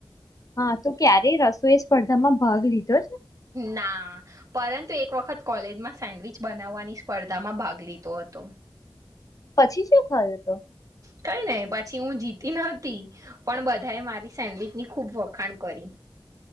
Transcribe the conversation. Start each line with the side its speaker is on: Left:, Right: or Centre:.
Left: હા તો ક્યારેય રસોએ સ્પર્ધામાં ભાગ લીધો જ
Right: ના પરંતુ એક વખત કોલેજમાં સેન્ડવીિચ બનાવવાની સ્પર્ધામાં ભાગ લીધો હતો
Left: પછી શું થાય તો
Right: કઈ નને પછી હું જીતી નતી પણ બધાએ મારી સેન્ડવીચ ની ખુબ વખાણ કરી